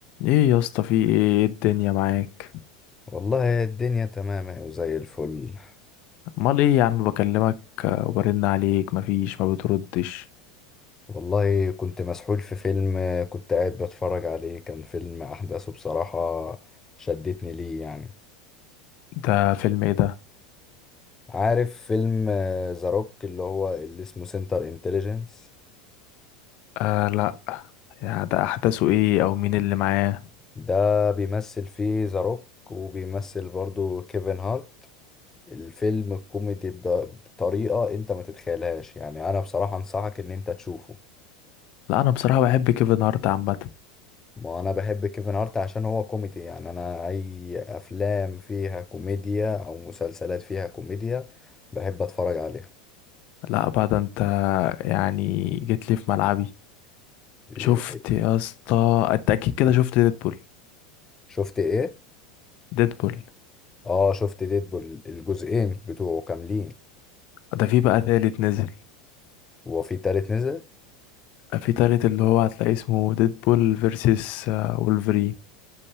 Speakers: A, on the left; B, on the left.
A: ايه يا اسطى في ايه إيه الدنيا معاك
B: والله الدنيا تمام أهي وزي الفل
A: امال ايه يا عم بكلمك آه، وبرن عليك مفيش ما بتردش
B: والله كنت مسحول في فيلم كنت قاعد بتفرج عليه كان فيلم أحداثه بصراحة شدتني ليه يعني
A: ده فيلم ايه ده
B: عارف فيلم ذا روك اللي هو اللي اسمه سنتر انتليجنس
A: آه لا يا ده احداثه ايه او مين اللي معاه
B: ده بيمثل فيه ذا روك وبيمثل برضو كيفن هارت الفيلم الكوميدي بد- بطريقة انت ما تتخيلهاش يعني انا بصراحة انصحك ان انت تشوفه
A: لا انا بصراحة بحب كيفن هارت عامة
B: ما انا بحب كيفن هارت عشان هو كوميدي يعني انا اي افلام فيها كوميديا او مسلسلات فيها كوميديا بحب اتفرج عليها
A: لا بعد انت يعني جيت لي في ملعبي
B: إيه،
A: شفت يا اسطى انت اكيد كده شفت ديدبول
B: شفت ايه
A: ديدبول
B: اه شفت ديدبول الجزئين بتوعه كاملين
A: ده في بقى تالت نزل
B: هو في تالت نزل
A: في تالت اللي هو هتلاقي اسمه ديدبول فيرسس وولفرين